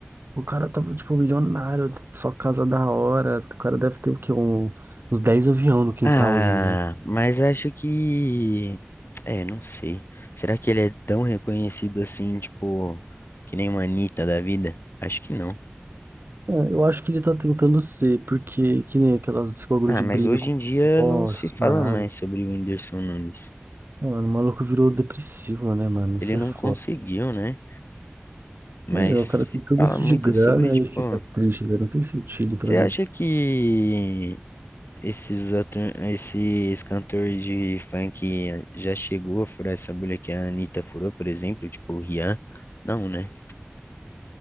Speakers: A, on the right; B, on the left.
A: O cara tava, tipo, milionário, só casa da hora. O cara deve ter, o quê? Um- uns 10 aviões no quintal
B: Ah,
A: hoje em dia.
B: mas acho que é, não sei. Será que ele é tão reconhecido assim, tipo, que nem uma Anitta da vida? Acho que não.
A: É, eu acho que ele tá tentando ser, porque que nem aquelas esse bagulho
B: Ah,
A: de
B: mas
A: briga
B: hoje
A: com
B: em dia
A: ó,
B: não se
A: essas
B: fala
A: paradas.
B: mais sobre o Whindersson Nunes.
A: Não, mano, o maluco virou depressivo, né, mano? Isso
B: Ele não
A: é foda.
B: conseguiu, né? Mas
A: Imagina, o cara tem
B: se
A: tudo
B: fala
A: isso
B: muito
A: de grana
B: sobre, tipo,
A: e fica triste, velho. Não tem sentido pra
B: você
A: mim.
B: acha que Esses, atu... Esses cantores de funk já chegou a furar essa bolha que a Anitta furou, por exemplo, tipo o Rian? Não, né?